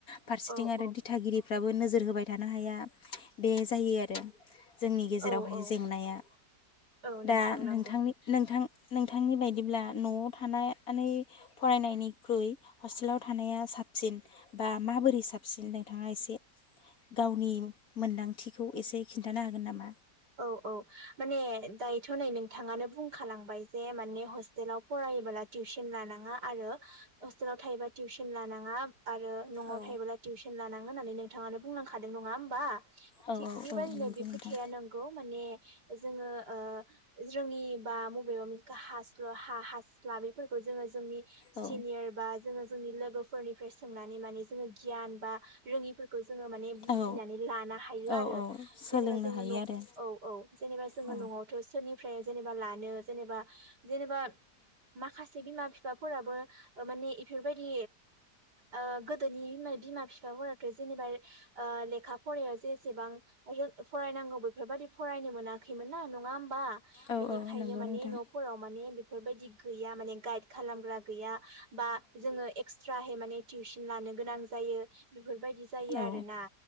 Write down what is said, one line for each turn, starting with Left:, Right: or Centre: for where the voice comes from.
Left: फारसेथिं
Right: औ
Left: आरो
Right: औ
Left: दिथागिरिफ्राबो नोजो रहोबाय थानो हाया बे जायो आरो जोंनि गेजेरावहाय
Right: औ औ
Left: जेंनाया
Right: औ नोंथां
Left: दा
Right: नंगौ
Left: नोंथांनि नोंथां नोंथांनि बायदिब्ला न'आव थानानै फरायनायनिख्रुइ हस्टेलाव थानाया साबसिन बा माबोरै साबसिन नोंथाङा एसे गावनि मोन्दांथिखौ एसे खिन्थानो हागोन नामा
Right: औ औ माने दायोथ' नै नोंथाङानो बुं खालामांबाय जे माने हस्टेलाव फरायोबोला टिउसन लानाङा आरो हस्टेलाव थायोबा टिउसन लानाङा आरो न'आव
Left: औ
Right: थायोब्ला टिउसन लानां थाङो होननानै नोंथाङानो बुंनांखादों नङा होमबा
Left: औ
Right: थिग बेबायदिनो
Left: औ नंगौ
Right: बे खो
Left: नोंथां
Right: थाया नों माने जोङो ओ रोङि बा बबेबा हास हास्ला बेफोरखौ जोङो जोंनि सिनिर
Left: औ
Right: बा जोङो जोंनि लोगोफोरनिफ्राय सोंनानै माने जोङो गियान बा रोङिफोरखौ जोङो माने बुजिनानै
Left: औ
Right: लानो हायो
Left: औ
Right: आरो
Left: औ सोलोंनो
Right: जेनेबा जोङो
Left: हायो
Right: न'
Left: आरो
Right: औ औ जेनेबा जोङो
Left: औ
Right: न'आवथ' सोरनि फ्राय जेनेबा लानो जेनेबा जेनेबा माखासे बिमा बि बिफाफोराबो माने इफोरबायदि ओ गोदोनि बिमा बिफाफोराथ' जेनेबा ओ लेखा फरायायाव जेसेबां आरो फरायनांगौ बेबादि फरायनो मोनाखैमोन ना नङा होमबा
Left: औ
Right: बिनिखायनो
Left: औ नंगौ
Right: माने
Left: नोंथां
Right: न'फोराव माने बेफोरबायदि गैया माने गाइ खालामग्रा गैया बा जोङो एक्सट्रा हाय माने टिउसन लानो गोनां जायो बेफोरबायदि जायो
Left: औ
Right: आरोना